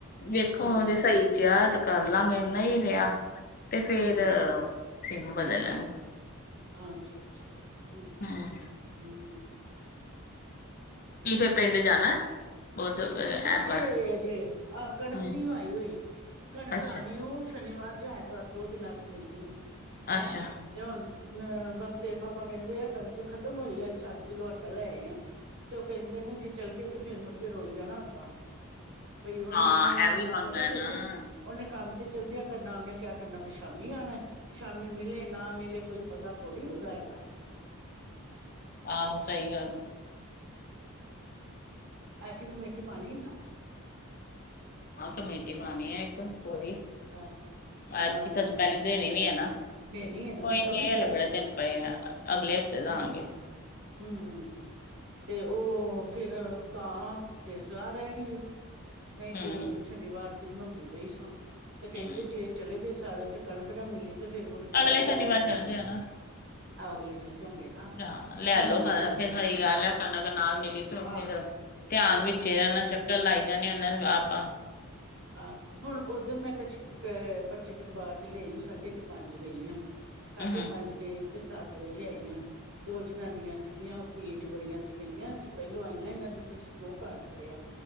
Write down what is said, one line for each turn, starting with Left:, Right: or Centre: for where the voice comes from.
Left: ਵੇਖੋ
Right: ਹਾਂ
Left: ਜੇ ਸਹੀ ਯਾਦ ਰਿਹ ਕਰ ਲਵਾਂਗੇ ਇੰਨਾ ਹੀ ਰਿਹਾ ਤੇ ਫੇਰ
Right: ਹਮ
Left: ਅਸੀਂ ਇਹਨੂੰ ਬਦਲਾਂਣੀ।
Right: ਅੱਛਾ, ਅੱਛਾ ਠੀਕ
Left: ਹੂੰ
Right: ਹਮ। ਹਮ।
Left: ਕੀ ਫੇਰ ਪਿੰਡ ਜਾਣਾ? ਬੁੱਧ ਐਤਵਾਰ
Right: ਕਿੱਥੇ ਅਜੇ, ਆਹ ਕਣਕ
Left: ਹੂੰ
Right: ਨਹੀਂ ਆਈ ਹੋਈ, ਕਣਕ
Left: ਅੱਛਾ
Right: ਆਉਣੀ ਉਹ। ਸ਼ਨੀਵਾਰ ਜਾਂ ਐਤਵਾਰ ਦੋ ਦਿਨਾਂ 'ਚ ਮਿਲਦੀ ਹੋ, ਹੈਂ।
Left: ਅੱਛਾ
Right: ਤੇ ਹੁਣ ਅ ਬਸ ਤੇਰੇ ਪਾਪਾ ਕਹਿੰਦੇ ਆ ਕਣਕ ਖਤਮ ਹੋਈ ਆ ਸੱਤ ਕਿੱਲੋ ਆਟਾ ਲੈ ਆਏ ਆਂ। ਤੇ ਉਹ ਕਹਿੰਦੇ ਨੇ ਜੇ ਚੱਲ ਗਏ ਤੇ ਫਿਰ ਮੁੜਕੇ ਰੁਲ ਜਾਣਾ ਆਪਾਂ। ਬਈ ਉਹਨੇ,
Left: ਹਾਂ ਇਹ ਵੀ
Right: ਕੰਮ
Left: ਪੰਗਾ
Right: ਤੇ ਚੱਲ
Left: ਨਾ
Right: ਜੇ ਉਹਨੇ ਕੰਮ ਤੇ ਚਲ ਜਿਆ ਕਰਨਾ ਉਹਨੇ ਕਿਆ ਕਰਨਾ ਮੈਂ ਸ਼ਾਮੀ ਆਉਣਾ। ਸ਼ਾਮੀ ਮਿਲੇ ਨਾ ਮਿਲੇ ਕੋਈ ਪਤਾ ਥੋੜ੍ਹੀ ਉਹਦਾ ਹੈਗਾ।
Left: ਆਹੋ ਸਹੀ ਗੱਲ ਆ।
Right: ਐਤਕੀ ਕਮੇਟੀ ਪਾਉਣੀ ਹੈ ਨਾ?
Left: ਹਾਂ ਕਮੇਟੀ ਪਾਂਉਣੀ ਆ ਇੱਕ, ਪੂਰੀ।
Right: ਹਾਂ। ਹਾਂ
Left: ਐਤਕੀ ਸੱਚ ਪਹਿਲੇ ਦੇਣੀ ਵੀ ਹੈ ਨਾ
Right: ਦੇਣੀ ਹੈ ਨਾ,
Left: ਕੋਈ ਨੀ
Right: ਉਹੀ ਕਿਹਾ
Left: ਹਲੇ
Right: ਨਾ।
Left: ਬੜੇ ਦਿਨ ਪਏ ਆ ਅਗਲੇ ਹਫ਼ਤੇ ਦਾਂਗੇ
Right: ਹੂੰ, ਹੂੰ। ਤੇ ਓ ਫੇਰ ਤਾਂ ਫੇਰ ਸਲਾਹ ਰੈ ਗੀ। ਨਈ
Left: ਹਮ
Right: ਤੇ ਛਨੀਵਾਰ ਦੀ ਬਣਾਉਂਦੀ ਪਈ ਸਾਂ, ਤੇ ਕੈਂਦੇ
Left: ਹਮ
Right: ਜੇ ਚੱਲੇ ਗਏ ਸਾਰੇ ਤੇ ਕਣਕ ਨਾ ਮਿਲੀ ਤੇ ਫੇਰ ਮੁੜਕੇ ਮੁਸ਼ਕਿਲ
Left: ਅਗਲੇ ਸ਼ਨੀਵਾਰ
Right: ਪੈ ਜਾਨੀ,
Left: ਚੱਲ ਜਿਓ ਨਾ
Right: ਅਗਲੇ ਚੱਲ ਜਾਂਗੇ। ਨਾ
Left: ਹਾਂ, ਲੈ
Right: ਹੁਣ
Left: ਲੋ
Right: ਅਗਲੇ
Left: ਕਣਕ
Right: ਚੱਲ
Left: ਫਿਰ
Right: ਜਾਂਗੇ
Left: ਸਈ ਗਾੱਲ ਐ ਕਨਕ ਨਾਲ ਮਿਲੀ ਤੋ
Right: ਆਹ
Left: ਫਿਰ ਧਿਆਨ ਵਿੱ ਚੇਰਾਂ
Right: ਹਾਂ
Left: ਨਾਲ ਚੱਕਰ ਲਾਈਦਾ ਨੀ ਓਨੂ ਕੈ ਆਪ ਆ
Right: ਆ, ਹੁਣ ਓਦਨ ਮੈਂ ਕਛ ਕ, ਪਰਚੀ ਕਟਵਾ ਕੇ ਲਿਆਈ ਊ ਸਾਡੇ ਕ ਪੰਜ ਗਈ ਆਂ। ਸਾਡੇ
Left: ਹਮ
Right: ਪਾੰਜ ਗਈ ਤੇ ਸਾੱਤ ਵਜੇ ਆਈ ਆਂ, ਦੋ ਜਨਾਨੀਆਂ ਸੀਗੀਆਂ। ਤੇਜ ਬੜੀਆਂ ਸੀ ਕੈਦੀਆਂ ਅਸੀਂ ਪੈਲੋਂ ਆਈਆਂ ਏਨਾਂ ਦੀ ਤੁਸੀਂ ਕੇਉਂ ਕਾਰਡ ਫੜੇਆ